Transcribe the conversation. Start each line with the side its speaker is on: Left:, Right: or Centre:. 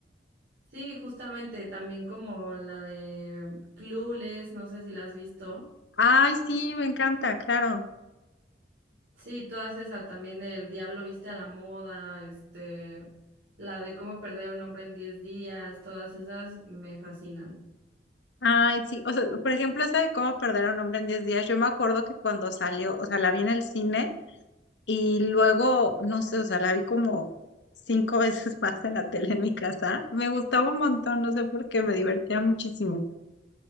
Right: Sí, justamente, también como la de Clueless, no sé si la has visto.
Left: Ay, sí, me encanta, claro.
Right: Sí, todas esas, también el Diablo viste a la moda, este, la de cómo perder a un hombre en diez días, todas esas me fascinan.
Left: Ay, sí, o sea, por ejemplo, esa de cómo perder a un hombre en 10 días, yo me acuerdo que cuando salió, o sea, la vi en el cine y luego, no sé, o sea, la vi como cinco <laughs> veces más en la tele en mi casa. Me gustaba un montón, no sé por qué, me divertía muchísimo.